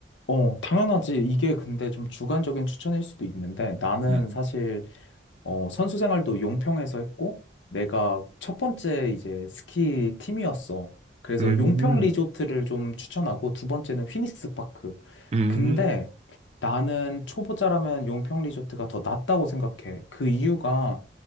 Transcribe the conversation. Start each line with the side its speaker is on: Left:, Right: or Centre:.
Left: 어, 당연하지. 이게 근데 좀 주관적인 추천일 수도 있는데, 나는
Right: 음,
Left: 사실 어, 선수 생활도 용평에서 했고, 내가 첫 번째 이제 스키 팀이었어. 그래서
Right: 음,
Left: 용평 리조트를 좀 추천하고, 두 번째는 휘니스 파크.
Right: 음,
Left: 근데 나는 초보자라면 용평 리조트가 더 낫다고 생각해. 그 이유가